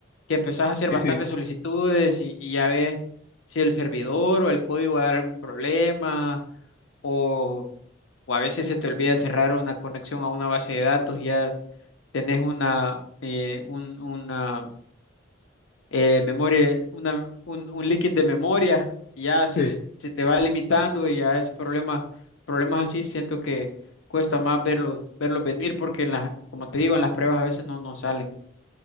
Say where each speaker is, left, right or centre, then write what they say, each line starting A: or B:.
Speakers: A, on the left; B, on the left.
A: que empezás a hacer
B: Sí,
A: bastantes
B: sí.
A: solicitudes y, y ya ves si el servidor o el código va a dar algún problema o, o a veces se te olvida cerrar una conexión a una base de datos y ya tenés una, eh, un- una eh, memoria, una- un, un leaking de memoria, y ya así
B: Sí,
A: se, se te va limitando y a ese problema, problemas así siento que cuesta más verlos, verlos venir porque en las, como te digo, en las pruebas a veces no, no salen.